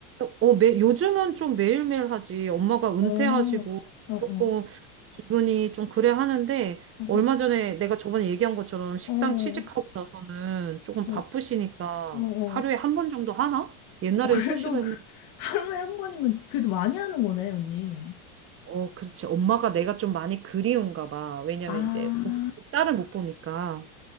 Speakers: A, on the right; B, on the left.
A: 어, 매, 요즘은 좀 매일매일 하지. 엄마가 은퇴하시고
B: 어, 어, 어, 어,
A: 조금 기분이 좀 그래 하는데,
B: 어,
A: 얼마 전에 내가 저번에 얘기한 것처럼 식당
B: 어. 어.
A: 취직하고 나서는 조금
B: 어.
A: 바쁘시니까
B: 어, 어.
A: 하루에 한 번 정도 하나? 옛날에는
B: 어, 그래도
A: 수시로
B: 그,
A: 했는데.
B: 하루에 한 번이면 그래도 많이 하는 거네, 언니.
A: 어, 그렇지. 엄마가 내가 좀 많이 그리운가 봐. 왜냐면
B: 아,
A: 이제 딸을 못 보니까.